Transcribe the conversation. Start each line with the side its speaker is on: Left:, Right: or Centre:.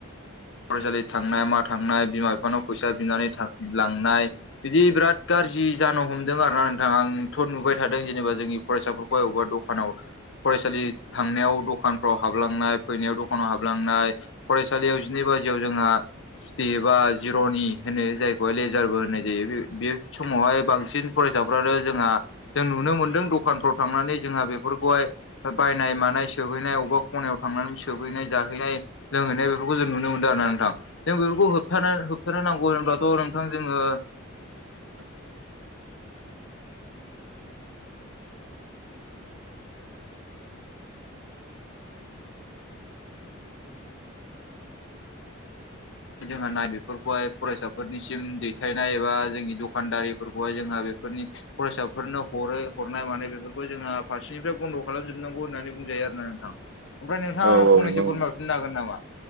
Left: फरायसालि थांनाय मा थांनाय बिमा बिफानाव फैसा बिनानै था लांनाय बिदि बिराद गाज्रि जानो हमदों आर ना नोंथाङा आंथ' नुबाय थादों जेनेबा जोंनि फरायसा अबेबा दखानाव फरायसालि थांनायाव दखानफ्राव हाबलांनाय फैनायाव दखानाव हाबलांनाय फरायसालियाव बे बाजियाव जोंहा सुथि ए बा जिर'नि होनो जायखौहाय लेजारबो होननाय जायो बे बे समावहाय बांसिन फरायसाफ्रानो जोंहा जों नुनो मोनदों दखानफ्राव थांनानै जोंहा बेफोरखौहाय बायनाय मानाय सोबहैनाय अबेबा खनायाव थांनानै सहैनाय जाहैनाय लोंहैनाय बेफोरखौ जों नुनो मोनदों आरो ना नोंथां जों बेफोरखौ होबथा होबथानो नांगौ होनब्लाथ' नोंथां जोङो जोंहा नाय बेेफोरखौहाय फरायसाफोरनिसिम दैथायनाय एबा जोंनि दखानदारिफोरखौहाय जोंहा बेफोरनि फरायसाफोरनो हरै हरनाय मानाय बेफोरखौ जोंहा फारसेनिफ्राय बन्द' खालामजोबनांगौ होननानै बुंजायो आरो ना औ ओमफ्राय नोंथाङा
Right: औ
Left: आंनो
Right: औ
Left: फंनैसो
Right: नंगौ
Left: फोरमायफिननो हागोन नामा